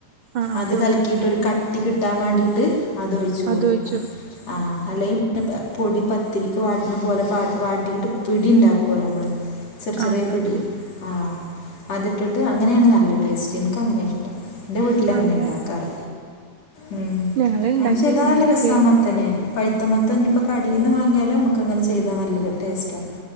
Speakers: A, on the right (about 80°); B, on the left (about 55°).
A: ആഹ് ആഹ്
B: അത്
A: പൊടി
B: കലക്കിയിട്ട ഒരു കട്ടി കിട്ടാൻ വേണ്ടിട്ട് അത്ഒഴിച്ചു
A: അത്
B: കൊടുക്കും
A: ഒഴിച്ച്
B: ആ അല്ലെങ്കി പൊടി പ ഒത്തിരിക്ക് വാട്ടണ പോലെ വാട്ടിയിട്ട് പിടി ഉണ്ടാക്കുവല്ല നമ്മള് ചെറ ചെറിയ
A: ആഹ് ഇണ്ടാക്കും
B: പിടി ആഹ അതിട്ടിട്ട് അങ്ങനെയാണ് നല്ല ടേസ്റ്റ് എനിക്ക്ങ്ങനെ ഇഷ്ടം എന്റെ വീട്ടിൽ അങ്ങനെ
A: അതെ
B: ഉണ്ടാക്കാറ് ഉ
A: ഞങ്ങള് ഇണ്ടാക്കിയില്ല
B: അനക്ഷ്താ നല്ല
A: ഞങ്ങൾ
B: രസമാമത്തേനെ
A: കേട്ട്
B: പഴുത്തമാത്തഞ്ഞ ഇപ്പോ കടയിൽന്ന് വാങ്ങിയാലോ നമുക്ക് അങ്ങനെ ചെയ്താ നല്ലത് ടേസ്റ്റാ